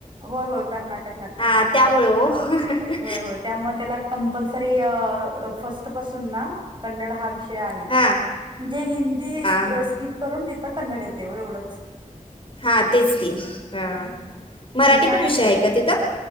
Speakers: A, on the right; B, on the left.
A: होय होय कर्नाटक लागते
B: हां त्यामुळे ओ हां
A: होय होय त्यामुळे त्याला कंपल्सरी फर्स्ट पासून ना कन्नड हा विषय.
B: हां
A: म्हण ह
B: हां
A: तथ कन्डव.
B: हा तेच की ह मराठी
A: छान
B: पण विषय
A: असतात.
B: आहे का तिथं.